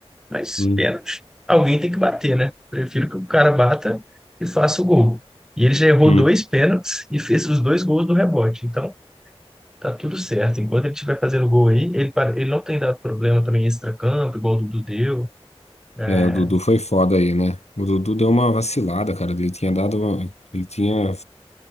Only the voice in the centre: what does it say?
Mas
pênalti, alguém tem que bater, né? Prefiro que o cara bata e faça o gol. E ele já errou
dois pênaltis e fez os dois gols do rebote. Então, tá tudo certo. Enquanto ele estiver fazendo gol aí, ele, para- ele não tem dado problema também em extracampo, igual o Dudu deu. É,